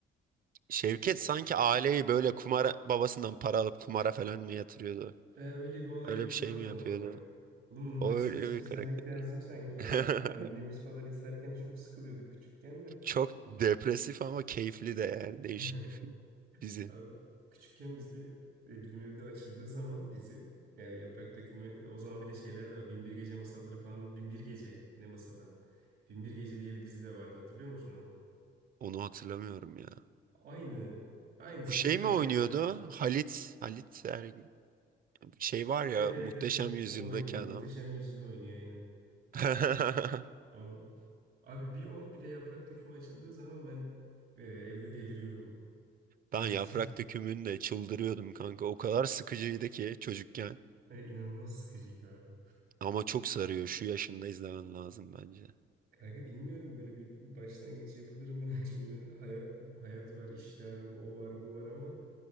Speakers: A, on the right; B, on the right.
A: Şevket sanki aileyi böyle kumara babasından para alıp kumara falan mı yatırıyordu?
B: Ee, öyle bir olayları
A: Öyle bir şey
B: vardı
A: mi yapıyordu?
B: onun bak. Oğlum bunu
A: O
B: baştan
A: öyle
B: açıp
A: bir
B: izlemek
A: karakter.
B: lazım sanki ya.
A: <laughs>
B: Annemiz falan izlerken çok sıkılıyorduk küçükken de.
A: Çok depresif ama keyifli de yani
B: <laughs>
A: değişik bir film, dizi.
B: Abi, küçükken bizde e, bizim evde açıldığı zaman dizi yani Yaprak Dökümü o zaman bir de şeyler de var. Binbir Gece masalları falan. Binbir Gece ne masalı? ha? Binbir Gece diye bir dizi de vardı hatırlıyor musun onu?
A: Onu hatırlamıyorum ya.
B: Aynı. Aynısının
A: Bu şey
B: lacivertiydi.
A: mi oynuyordu? Halit, Halit Er- şey var
B: Evet
A: ya
B: evet
A: Muhteşem
B: evet. evet.
A: Yüzyıldaki
B: O oynuyor. Muhteşem
A: adam.
B: Yüzyıl oynuyor aynen.
A: <laughs>
B: On... Abi bir o bir de yaprak dökümü açıldığı zaman ben e, evde deliriyordum. Çocuk
A: Ben yaprak
B: için. <laughs>
A: dökümünde çıldırıyordum kanka. O kadar sıkıcıydı ki çocukken.
B: E, inanılmaz sıkıcıydı abi.
A: Ama çok sarıyor. Şu yaşında izlemen lazım bence.
B: Kanka bilmiyorum böyle bir başlangıç yapılır mı? <laughs> Şimdi hayat hayat var, işler, o var, bu var ama